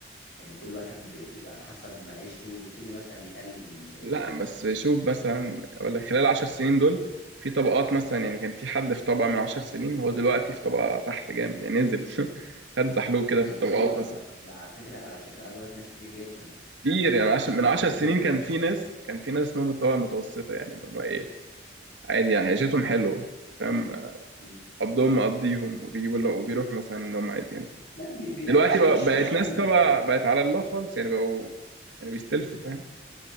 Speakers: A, on the left (about 60°); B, on the right (about 80°).
A: يعني كل واحد ب- بيبقى على حسب معيشته بيبتدي مثلا يقلل من مصاريفه
B: لا بس شوف مثلا اقول لك خلال 10 سنين دول في طبقات مثلا يعني كان في حد في طبقه من 10 سنين هو دلوقتي في طبقه تحت جامد يعني نزل <laughs> خد زحلوب كده
A: دي
B: في الطبقات
A: حقيقة
B: مثلا
A: ده على فكرة على فكرة عايز أقول لك ناس كتير جدا
B: كتير
A: ده
B: يعني
A: عدد
B: عشان
A: كبير
B: من 10
A: جدا
B: سنين
A: من
B: كان
A: الأشخاص
B: في ناس كان في ناس اسمهم الطبقه المتوسطه يعني اللي هم ايه عادي يعني عيشتهم حلوه فاهم
A: مم.
B: قبضهم مقضيهم وبيجيبوا اللي وبيروحوا مثلا اللي هم عايزينه
A: لا بي- بي-
B: دلوقتي
A: عايشين
B: بقى
A: عيشة
B: بقت
A: طبيعية
B: ناس طبعا بقت على الله خالص يعني بقوا يعني بيستلفوا فاهم